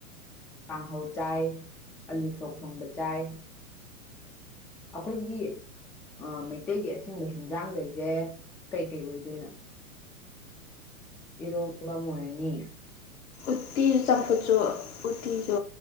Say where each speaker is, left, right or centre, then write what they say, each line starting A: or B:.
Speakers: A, in the centre; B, on the left (about 70°).
A: ꯀꯥꯡꯍꯧ ꯆꯥꯏ ꯑꯂꯨ ꯁꯣꯛ ꯊꯣꯡꯕꯁꯨ ꯆꯥꯏ ꯑꯩꯈꯣꯏꯒꯤ꯫ ꯃꯩꯇꯩꯒꯤ ꯑꯁꯦꯡꯕꯥ ꯍꯤꯟꯖꯥꯡꯒꯩꯁꯦ ꯀꯩꯀꯩ ꯑꯣꯏꯗꯣꯏꯅꯣ? ꯏꯔꯣꯡꯕ ꯃꯅꯤ
B: ꯎꯇꯤ ꯆꯝꯐꯨꯠ ꯎꯇꯤꯁꯨ꯫